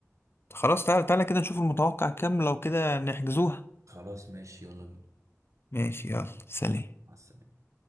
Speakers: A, on the left (about 45°); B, on the right (about 70°).
A: خلاص تعالى تعالى كده نشوف المتوقع كام لو كده نحجزوها
B: خلاص ماشي يلا بينا
A: ماشي يلا سلام
B: مع السلامه